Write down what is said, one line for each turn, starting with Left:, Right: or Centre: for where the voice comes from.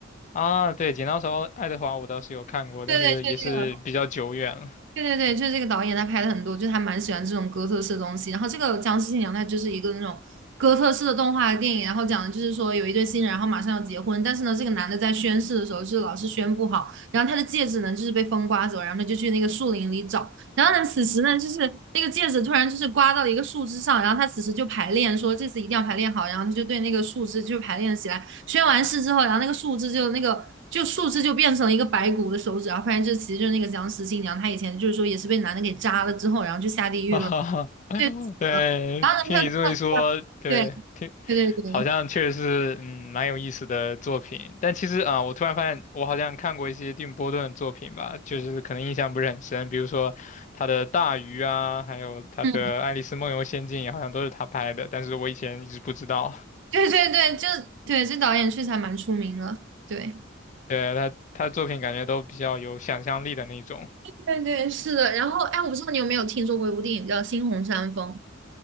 Left: 啊，对，《剪刀手爱德华》我倒是有看过，
Right: 对对对，
Left: 但是也是比较久远了。
Right: 就这个。对对对，就是这个导演他拍的很多，就是他蛮喜欢这种哥特式的东西。然后这个《僵尸新娘》它就是一个那种哥特式的动画电影，然后讲的就是说有一对新人，然后马上要结婚，但是呢，这个男的在宣誓的时候就是老是宣不好，然后他的戒指呢就是被风刮走，然后他就去那个树林里找，然后呢，此时呢就是那个戒指突然就是刮到了一个树枝上，然后他此时就排练说这次一定要排练好，然后他就对那个树枝就排练起来，宣完誓之后，然后那个树枝就那个就树枝就变成了一个白骨的手指，然后发现这其实就是那个僵尸新娘，她以前就是说也是被男的给扎了之后，然后就下地狱了，
Left: <laughs> 哈哈哈，<laughs>
Right: 对，死了。
Left: 对，
Right: 然后呢，
Left: 听你这么一说，
Right: 她又对
Left: 对，听，
Right: 对对对，
Left: 好像确实是，嗯，蛮有意思的作品。但其实啊，我突然发现，我好像看过一些定波顿的作品吧，就是可能印象不是很深，比如说他的《大鱼》啊，还有他的《爱丽丝梦游仙境》，
Right: 嗯，
Left: 好像都是他拍的，但是我以前一直不知道。
Right: 对对对，就对这导演确实还蛮出名的，对
Left: 对，他，他的作品感觉都比较有想象力的那种。
Right: 对对，是的。然后哎，我不知道你有没有听说过一部电影叫《猩红山峰》，